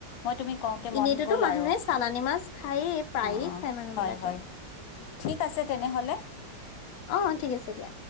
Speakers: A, on the left; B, on the left.
A: মই তুমি কওঁতে মন
B: এনেইতোতো
A: গ'ল
B: মানুহে
A: আৰু,
B: চালানী মাছ খায়েই প্ৰায়ে
A: অ
B: খায় মানুহ
A: হয়
B: বিলাকে
A: হয়। ঠিক আছে তেনেহলে।
B: অ ঠিক আছে দিয়া